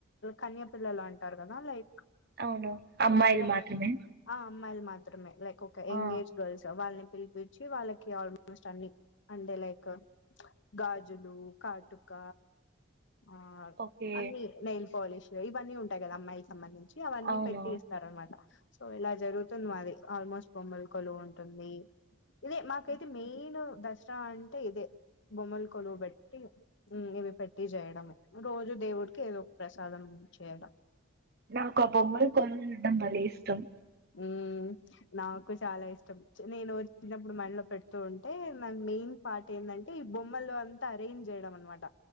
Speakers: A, on the left; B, on the right.
A: కన్యాపిల్లలు అంటారు కదా లైక్
B: అవును అమ్మాయిల్
A: వాళ్ళ
B: మాత్రమే
A: ఆ అమ్మాయిలు మాత్రమే లైక్ ఒక ఎంగేజ్
B: ఆ
A: గర్ల్స్ వాళ్ళని పిలిపిచ్చి వాళ్ళకి ఆల్మోస్ట్ అన్ని అంటే లైక్ గాజులు కాటుక ఆ
B: ఓకే
A: అన్ని నెయిల్ పాలిష్ ఇవన్నీ ఉంటాయి కదా అమ్మాయిలకి సంబంధించి అవన్నీ
B: అవునా
A: పెట్టి రన్నమాట సో ఇలా జరుగుతుంది మాది ఆల్మోస్ట్ బొమ్మలు కొలువు ఉంటుంది ఇదే మాకైతే మెయిన్ దసరా అంటే ఇదే బొమ్మలు కొలువు పెట్టి మ్ ఇవి పెట్టి చేయడంము రోజు దేవుడికి ఏదో ఒక ప్రసాదం చేయడం
B: నాకు ఆ బొమ్మలు కొలుడం భలే ఇష్టం
A: మ్ నాకు చాలా ఇష్టం నేను చిన్నప్పుడు మ ఇంట్లో పెడుతూ ఉంటే నాకు మెయిన్ పార్ట్ ఏంటంటే ఈ బొమ్మలు అంతా అరేంజ్ చేయడం అనమాట